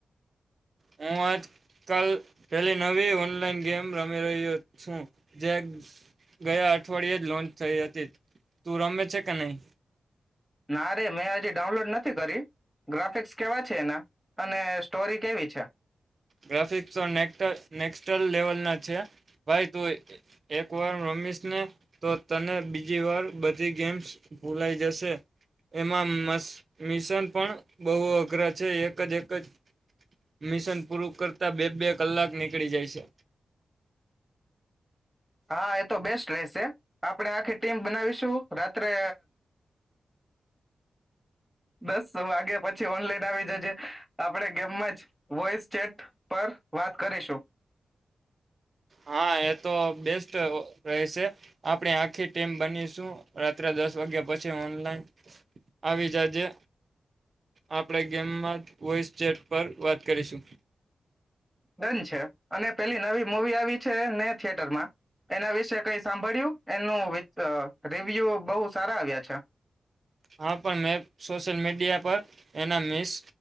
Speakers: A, on the right; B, in the centre.
A: હું આજકાલ પેલી નવી ઓનલાઈન ગેમ રમી રહ્યો છું જે ગયા અઠવાડિયે જ લોન્ચ થઈ હતી તું રમે છે કે નહી
B: ના રરે મેં હજી ડાઉનલોડ નથી કરી ગ્રાફિક્સ કેવા છે એના અને સ્ટોરી કેવી છે
A: ગ્રાફિક્સક્ લ લેવલ ના છે ભાઈ તું એક વાર રમીશને તો તને બીજી વાર બધી ગેમ્સ ભૂલાઈ જશે એમાં મિશન પણ બહ અઘરા છે એક જ એક જ મિશન પૂરું કરતા બે બે કલાક નીકળી જાય છે
B: હા એ તો બેસ્ટ કલે છે આપણે આખી ટીમ બનાવીશું રાત્રે દસ વાગ્યા પછી ઓનલાઈન આવી જજ આપણેે ગેમમાં જ વોઇસ ચેટ પર વાત કરીશું
A: હા એ તો બેસ્ટ રહેશે આપણે આખી ટીમ બનીશું રાત્રે દસ વાગ્યા પછી ઓનલાઈન આવી જજે આપણે ગેમમાં વોઇસ ચેટ પર વાત કરીશું
B: ડન છે અને પેલી નવી મુવી આવી છે ને થિયેટરમાં એના વિશે કઈ સાંભળ્યું એનું રિવ્યુ બહ સારા આવ્યા છે
A: હા પણ મેં સોશિયલ મીડિયા પર એના મિસ